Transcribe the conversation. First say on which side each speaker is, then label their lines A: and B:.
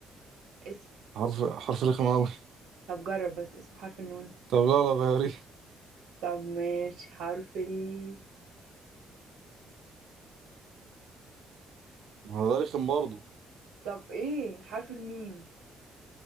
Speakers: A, on the right; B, on the right.
A: اسم حرف
B: حرف حرف رخم أوي
A: طب جرب بس اسمه حرف النون
B: طب لا لا غيريه
A: طب ماشي حرف الكاف
B: هو ده رخم برضه
A: طب ايه حرف الميم